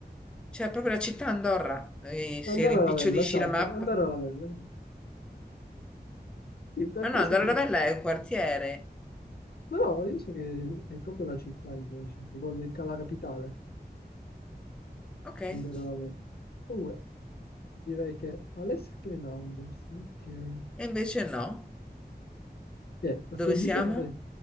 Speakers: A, in the centre; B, on the left.
A: c'è proprio la città Andorra. E se
B: Andorra
A: rimpicciolisci
B: la Vella, esatto.
A: la mappa.
B: Andorra la Vella. Sì, per
A: Ma
B: questo
A: no, Andorra
B: ti...
A: la Vella è un quartiere.
B: Ma no, io so che è proprio la città invece, che vuole ca- la capitale,
A: Ok. E
B: Andorra la Vella. Comunque, direi che Alessia Anders, ok.
A: invece no.
B: Sì, a
A: Dove
B: sto giro...
A: siamo?
B: eh.